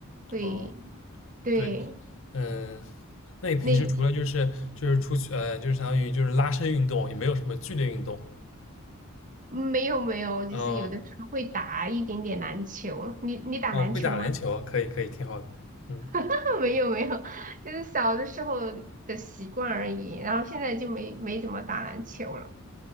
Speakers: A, on the right; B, on the left.
A: 会
B: 哦，
A: 对
B: 对，嗯，那你平时除了就是就是出去呃，
A: 那
B: 就是相当于就是拉伸运动，也没有什么剧烈运动。
A: 没有没有，就是有的时候会打一点点篮球。
B: 嗯、呃
A: 你你打篮球吗？
B: 哦，会打篮球，可以可以，挺好的。嗯，
A: <laughs> 没有没有，就是小的时候的习惯而已，然后现在就没没怎么打篮球了。